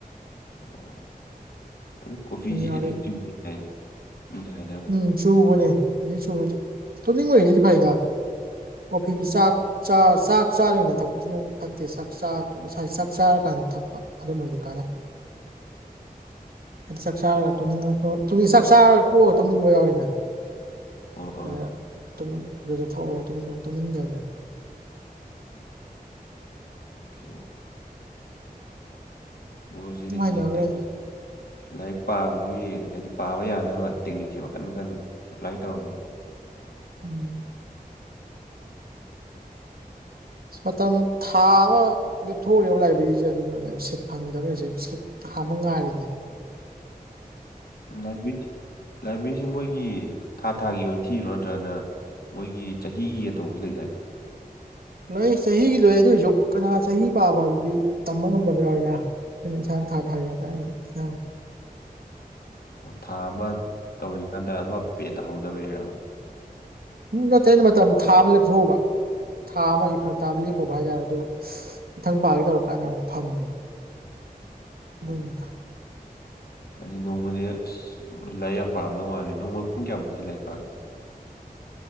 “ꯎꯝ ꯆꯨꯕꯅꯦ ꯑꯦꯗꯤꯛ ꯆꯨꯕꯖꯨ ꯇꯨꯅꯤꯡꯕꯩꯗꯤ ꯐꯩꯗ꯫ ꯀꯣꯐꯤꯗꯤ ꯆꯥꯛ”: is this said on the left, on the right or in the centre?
Right